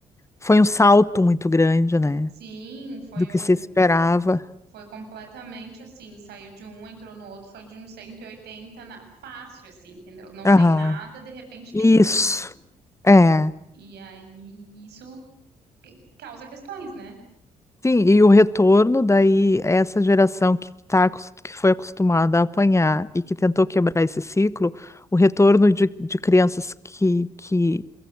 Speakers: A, on the left; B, on the right.
A: Foi um salto muito grande, né?
B: Sim, foi
A: Do que
B: um,
A: se esperava.
B: foi completamente assim, saiu de um, entrou no outro, foi de um 180 na, fácil assim, entendeu? Não
A: Aham.
B: tem nada, de repente tem
A: Isso.
B: tudo.
A: É.
B: E aí isso que- causa questões, né?
A: Sim, e o retorno daí, é essa geração que tá, acos- que foi acostumada a apanhar e que tentou quebrar esse ciclo, o retorno de, de crianças que, que,